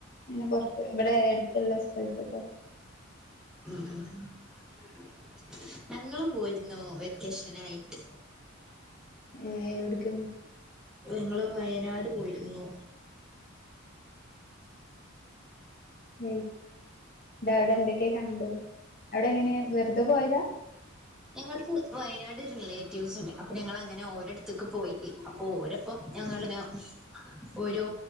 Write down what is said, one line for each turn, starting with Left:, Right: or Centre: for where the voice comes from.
Left: ഇങ്ങനെ പൊറത്ത് ഇവടെ എട്‌ത്ത്‌ള്ള സ്ഥലത്തൊക്കെ
Centre: <inaudible> ഞങ്ങള് പോയിര്ന്നു വെക്കേഷനായിട്ട്
Left: ഏ എവ്ട്ക്ക്
Centre: ഞങ്ങള് വയനാട് പോയ്ര്ന്നു
Left: ഉം അവടെ എന്തൊക്കെ കണ്ടു അവിടെ എങ്ങനെയാ വെറുത പോയതാ
Centre: ഞങ്ങൾക്ക് വയനാട് റിലേറ്റീവ്സ് ഇണ്ട് അപ്പൊ ഞങ്ങൾ അങ്ങനെ ഓരോട്ത്ത്ക്ക് പോയി അപ്പോ ഓരോ പ്പം <unintelligible> ഒരു